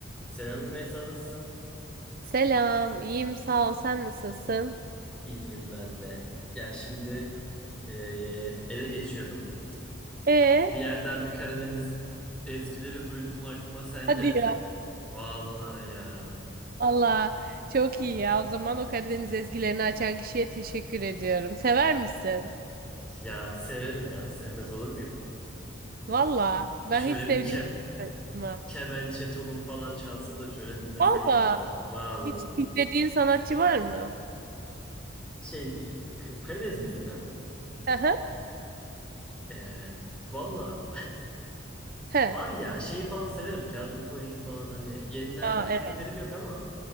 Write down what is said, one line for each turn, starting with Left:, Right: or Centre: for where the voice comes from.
Centre: Selam Rümeysa nasılsın?
Right: Selam, iyiyim sağ ol. Sen nasılsın?
Centre: İyiyim ben de. Ya şimdi eee, eve geçiyordum.
Right: Ee,
Centre: Bir yerden bir Karadeniz ezgileri duydum. Aklıma sen
Right: hadi
Centre: geldin.
Right: ya.
Centre: Vallahi ya.
Right: Allah çok iyi ya. O zaman o Karadeniz ezgilerini açan kişiye teşekkür ediyorum. Sever misin?
Centre: Ya severim ya. Sevmez olur muyum?
Right: Valla ben
Centre: Şöyle
Right: hiç sevdiğim
Centre: bir kem,
Right: sanatçıma.
Centre: kemençe, tulum falan çalsa da şöyle dinlesek
Right: Valla
Centre: yahu. Vallahi.
Right: hiç dinlediğin sanatçı var mı?
Centre: Şey Karadeniz müziğinden mi?
Right: Hı hı.
Centre: Eee valla <laughs>
Right: He.
Centre: var ya şey falan severim. Kazım Koyuncu falan hani yenilerden
Right: Aa,
Centre: çok
Right: evet.
Centre: haberim yok ama.